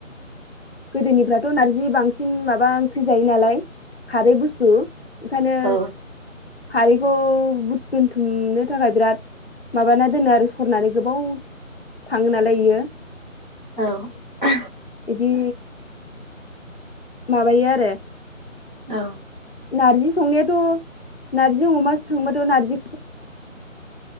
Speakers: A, on the left; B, on the right.
A: गोदोनिफ्राथ नारजि बांसिन माबा ओंख्रि जायो नालाय खारै बुस्थु ओंखायनो
B: औ
A: खारैखौ बु दोनथुमनो थाखाय बिराद माबाना दोनो आरो सरनानै गोबाव थाङो नालाय इयो
B: औ औ
A: इदि माबायो आरो
B: औ
A: नारजि संनायाथ नारजि अमा संबाथ नारजि